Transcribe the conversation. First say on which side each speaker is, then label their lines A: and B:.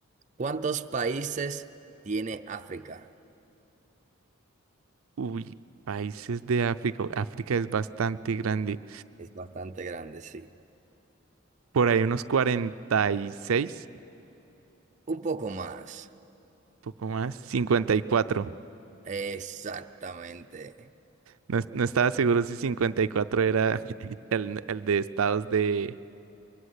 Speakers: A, on the right (about 35°); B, on the right (about 85°).
A: ¿cuántos países tiene África?
B: Uy, países de África. Uy, África es bastante grande.
A: Es bastante grande, sí.
B: Por ahí unos 46,
A: Un poco más.
B: poco más, 54.
A: Exactamente.
B: No, es- no estaba seguro si 54 era <laughs> el, el de estados de,